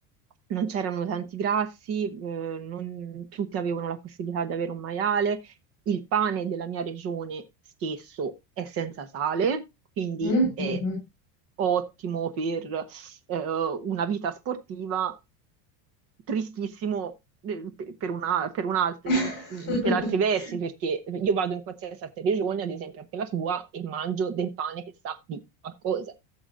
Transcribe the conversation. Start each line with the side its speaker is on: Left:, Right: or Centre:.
Right: non c'erano tanti grassi, eh, non tutti avevano la possibilità di avere un maiale. Il pane della mia regione stesso è senza sale, quindi
Left: Mh,
Right: è
Left: mh-mh.
Right: ottimo per eh, una vita sportiva tristissimo eh, per, per una- per un alt-
Left: <laughs>
Right: mm, per altri versi, perché io vado in qualsiasi altra regione, ad esempio anche la tua, e mangio del pane che sa di qualcosa.